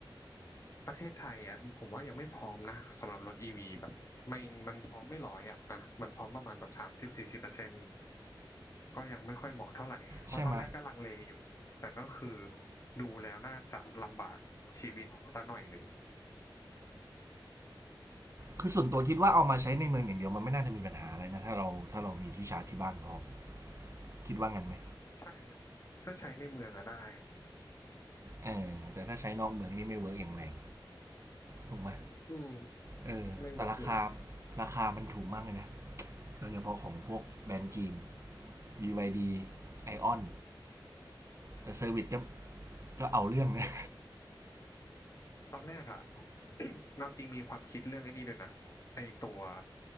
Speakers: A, on the left; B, on the right.
A: ประเทศไทยอ่ะผมว่ายังไม่พร้อมนะสำหรับรถอีวีแบบไม่มันพร้อมไม่ร้อยอ่ะอ่ะมันพร้อมประมาณแบบสามสิบสี่สิบเปอร์เซ็นต์ก็ยังไม่ค่อยเหมาะเท่าไหร่เพราะตอนแรกก็ลังเลอยู่แต่ก็คือ
B: ใช่ไหม
A: ดูแล้วน่าจะลำบากชีวิตซะหน่อยหนึ่ง
B: คือส่วนตัวคิดว่าเอามาใช้ในเมืองอย่างเดียวมันไม่น่าจะมีปัญหาอะไรนะถ้าเราถ้าเรามีที่ชาร์จที่บ้านพร้อมคิดว่างั้นไหม
A: ใช่ถ้าใช้ในเมืองอะได้
B: เออแต่ถ้าใช้นอกเมืองนี่ไม่เวิร์กอย่างแรงถูกไหม
A: อืม
B: เออแต่ราคา
A: ไม่เวิร์กเลย
B: ราคามันถูกมากเลยนะโดยเฉพาะของพวกแบรนด์จีน b ไอออนแต่เซอร์วิสก็ก็เอาเรื่องนะ
A: ตอนแรกอะ <coughs> เราจริงมีความคิดเรื่องไอ้นี่ด้วยนะไอ้ตัว